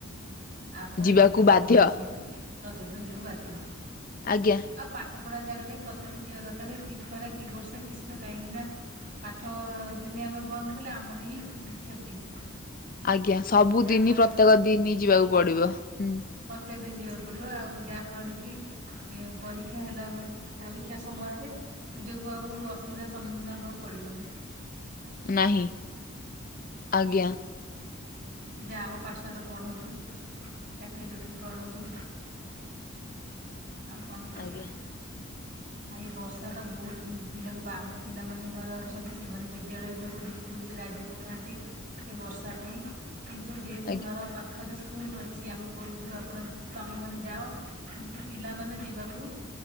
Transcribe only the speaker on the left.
ଯିବାକୁ
ବାଧ୍ୟ
ଆଜ୍ଞା।
ଆଜ୍ଞା ସବୁଦିନ
ପ୍ରତ୍ୟେକ ଦିନି ଯିବାକୁ ପଡିବ ହୁଁ।
ନାହିଁ ଆଜ୍ଞା।
ଆଜ୍ଞା
ଆଜ୍ଞା